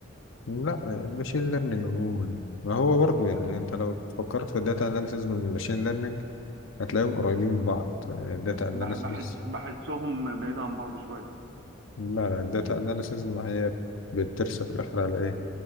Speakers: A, on the left; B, on the right.
A: لا ماشين ليرنينج عموما ما هو برضو يعني انت لو فكرت في الداتا اناليسيس من الماشين ليرنينج هتلاقيهم قريبين من بعض الداتا اناليسيس
B: بح- بحس بحسهم بعيد عن بعض شويه
A: لا لا الداتا اناليسيز ما هي بترسى في الاخر على ايه